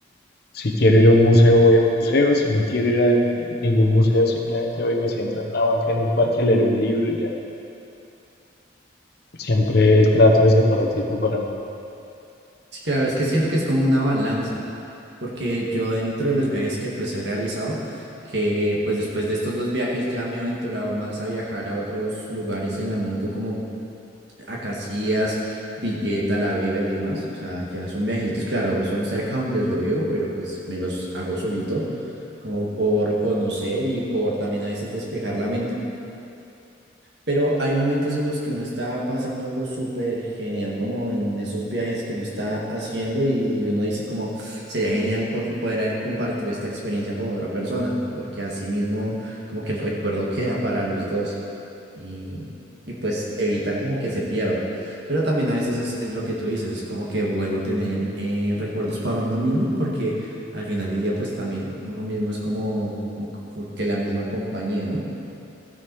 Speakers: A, on the left (about 55°); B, on the right (about 60°).
A: Si quiero ir a un museo, voy a un museo. Si no quiero ir a ningún museo, simplemente voy y me siento en una banca en un parque a leer un libro y ya. Siempre trato de separar tiempo para mí.
B: sí, claro, es que siento que es como una balanza, porque yo dentro de los viajes que pues he realizado, que pues después de estos dos viajes ya me he aventurado más a viajar a otros lugares en la moto, como a Casillas, Villeta, La Vega y demás. O sea, ya son viajecitos, claro, son cerca donde yo vivo, pero pues me los hago solito, como por conocer y por también a veces despejar la mente. Pero hay momentos en los que uno está pasando algo súper genial, como en esos viajes que uno está haciendo y uno dice como sería genial por poder haber compartido esta experiencia con otra persona, porque así mismo como que el recuerdo queda para los dos y, y pues evita como que se pierda. Pero también a veces es, es lo que tú dices, es como que bueno tener eh, recuerdos para uno mismo, porque al final del día pues también uno mismo es como, como que la misma compañía, ¿no?